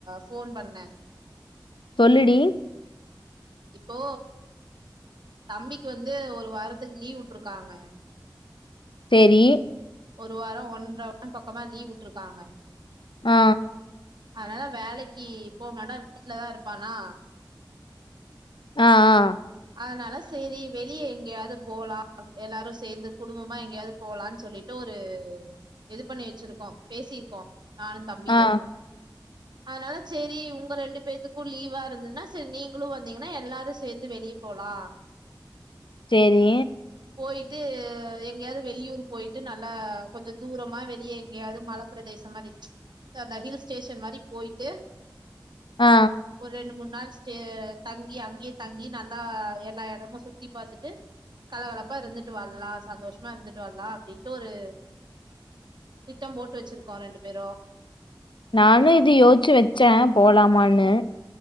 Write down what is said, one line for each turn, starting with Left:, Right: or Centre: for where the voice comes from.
Right: ஃபோன் பண்ண
Left: சொல்லுடி
Right: இப்போ தம்பிக்கு வந்து ஒரு வாரத்துக்கு லீவுட்ருக்காங்க
Left: சேரி
Right: ஒரு வாரோ ஒன்ற <inaudible> பக்கமா லீவுட்ருக்காங்க
Left: ஆ
Right: அதுனால வேலைக்கி போமாட்டான் வீட்லதா இருப்பானா
Left: ஆ ஆ
Right: அதனால சேரி வெளிய எங்க்யாது போலா எல்லாரு சேந்து குடும்பமா எங்யாது போலான் சொல்லிட்டு ஒரு இது பண்ணி வச்சிருக்கோ பேசிருக்கோ நானு தம்பியு
Left: ஆ
Right: அதுனால சேரி உங்க ரெண்டு பேத்துக்கு லீவா இருந்ததுனா செர் நீங்குளு வந்தீங்கனா எல்லாரு சேந்து வெளிய போலா
Left: சேரி
Right: போய்ட்டு எங்யாது வெளியூர் போய்ட்டு நல்லா கொஞ்சோ தூரமா வெளியே எங்யாது மல பிரதேசமாரி த அந்த ஹில் ஸ்டேஷன் மாரி போய்ட்டு
Left: ஆ
Right: ஒரு ரெண்டு மூண் நாள் ஸ்டே தங்கி அங்யே தங்கி நல்லா எல்லா எடமு சுத்தி பாத்துட்டு கலகலப்பா இருந்துட்டு வர்லா சந்தோஷ்மா இருந்துட்டு வர்லா அப்டின்ட்டு ஒரு திட்டம் போட்டு வச்சிருக்கோ ரெண்டு பேரு
Left: நானு இது யோச்சி வச்ச போலாமானு